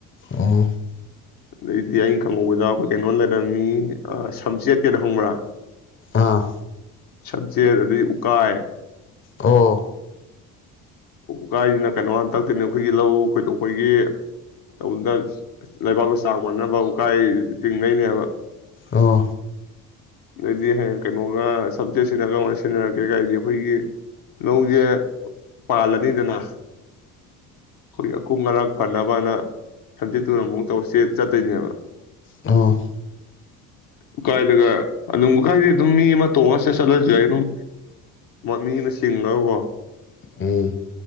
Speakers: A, on the left (about 30°); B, on the left (about 60°).
A: ꯑꯣ <unintelligible>
B: ꯑꯗꯩꯗꯤ ꯑꯩꯅ ꯈꯪꯍꯧꯕꯗ ꯑꯩꯈꯣꯏ ꯀꯩꯅꯣ ꯂꯩꯔꯝꯃꯤ ꯁꯝꯆꯦꯠꯀꯦꯗꯣ ꯈꯪꯕ꯭ꯔꯥ?
A: ꯑꯥ꯫
B: ꯁꯞꯆꯦꯠ ꯑꯗꯩ ꯎꯀꯥꯏ
A: ꯑꯣ꯫
B: ꯎꯀꯥꯏꯁꯤꯅ ꯀꯩꯅꯣ ꯍꯥꯟꯅ ꯇꯛꯇꯣꯏꯅꯦ ꯑꯩꯈꯣꯏꯒꯤ ꯂꯧ ꯈꯣꯏꯗꯣꯛꯄꯒꯤ ꯇꯧꯅ ꯂꯩꯕꯥꯛꯇꯣ ꯆꯥꯡ ꯃꯥꯟꯅꯕ ꯎꯀꯥꯏ ꯇꯤꯡꯅꯩꯅꯦꯕ꯫
A: ꯑꯥ꯫
B: ꯑꯗꯩꯗꯤ ꯍꯌꯦꯡ ꯀꯩꯅꯣꯒ ꯁꯞꯆꯦꯠ ꯁꯤꯅ ꯀꯔꯝꯀꯥꯟꯗ ꯁꯤꯖꯤꯟꯅꯔꯛꯀꯦ ꯀꯥꯏꯗꯤ ꯑꯩꯈꯣꯏꯒꯤ ꯂꯧꯖꯦ ꯄꯥꯜꯂꯅꯤꯗꯅ ꯑꯩꯈꯣꯏ ꯑꯀꯨꯡ ꯑꯔꯛ ꯐꯥꯅꯕꯅ ꯁꯝꯖꯦꯠꯇꯨꯅ ꯑꯃꯨꯛ ꯇꯧꯆꯦꯠ ꯆꯠꯇꯣꯏꯅꯦꯕ꯫
A: ꯎꯝ꯫
B: ꯎꯀꯥꯏꯗꯒ ꯑꯗꯨꯝ ꯎꯀꯥꯏꯗꯤ ꯑꯗꯨꯝ ꯃꯤ ꯑꯃ ꯇꯣꯡꯉꯥ ꯆꯠꯂꯁꯨ ꯌꯥꯏ ꯑꯗꯨꯝ ꯃꯤ ꯑꯃ ꯆꯤꯡꯉꯒꯀꯣ
A: ꯎꯝ꯫